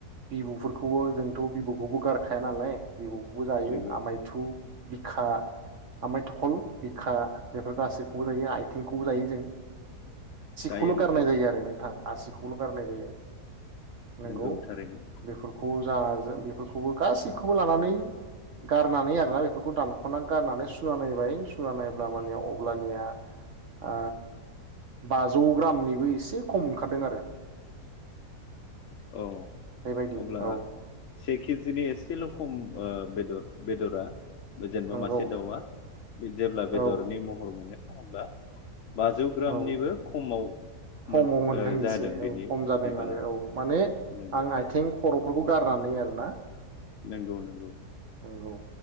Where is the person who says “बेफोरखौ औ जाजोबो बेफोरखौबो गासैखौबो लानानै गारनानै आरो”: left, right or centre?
Right